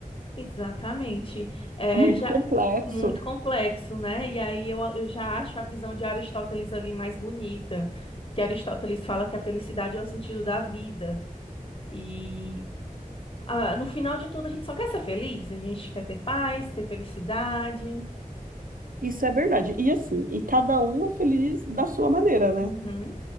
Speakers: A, on the left (about 40°); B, on the right (about 75°).
A: exatamente. É
B: é muito
A: já
B: complexo.
A: muito complexo, né? E aí eu, eu já acho a visão de Aristóteles ali mais bonita, que Aristóteles fala que a felicidade é o sentido da vida. E ah, no final de tudo, a gente só quer ser feliz, a gente quer ter paz, ter felicidade.
B: Isso é verdade. E assim, e cada um é feliz da sua maneira, né?
A: Uhum,